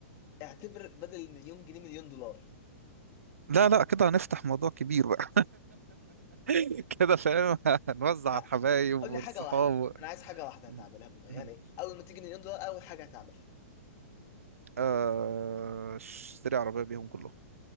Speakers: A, on the left; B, on the right.
A: اعتبر بدل المليون جنيه مليون دولار
B: لا لا كده هنفتح موضوع كبير بقى <laughs> كده فاهم هنوزع على
A: لا،
B: الحبايب والصحاب
A: قول لي حاجه واحده
B: و-
A: انا عايز حاجه
B: <laughs>
A: واحده هتعملها
B: م-
A: بم- يعني
B: م.
A: اول ما تيجي مليون دولار اول حاجه هتعملها
B: آه، اشتري عربية بيهم كلهم